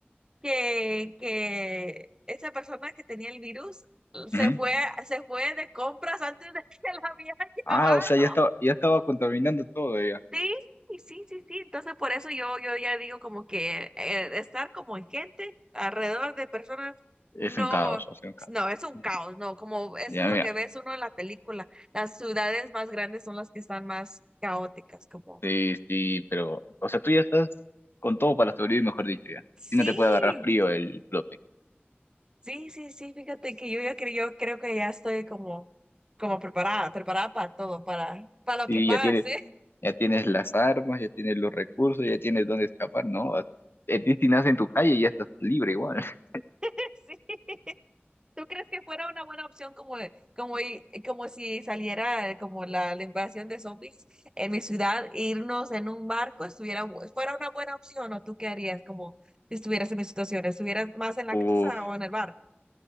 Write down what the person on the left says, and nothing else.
Ujú.
Ah,
o sea, ya estaba, ya estaba contaminando todo
ya.
Es
un caos, o sea, un caos.
Ya,
Ya,
mira.
Sí, sí, pero, o sea, tú ya estás con todo para sobrevivir, mejor dicho, ya.
Si no te puede agarrar frío el flote.
Sí,
ya tienes ya tienes las armas, ya tienes los recursos, ya tienes dónde escapar, ¿no? A- A ti si nace en tu calle ya estás libre igual. <laughs>
Uf,